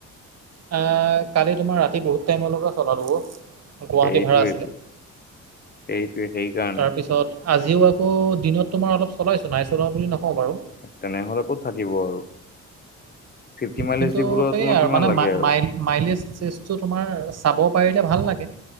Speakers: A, on the right; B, on the left.
A: এহ কালি তোমাৰ ৰাতি বহুত টাইমৰলৈকে চলালো অ'। গুৱাহাটী
B: সেইটোৱেটো
A: ভাঢ়া আছিলে,
B: সেইটোৱে সেইকাৰণে
A: তাৰপিছত আজিও আকৌ দিনত তোমাৰ অলপ চলাইছো, নাই চলোৱা বুলি নকওঁ বাৰু।
B: তেনেহলে ক'ত থাকিব আৰু, ফিফটি মাইলেজ
A: কিন্তু
B: দিবলৈ
A: সেয়াই
B: তোমাৰ
A: আৰু
B: কিমান
A: মানে
B: লাগে
A: মা
B: আৰু?
A: মাই মাইলেজ চেজটো তোমাৰ চাব পাৰিলে ভাল লাগে।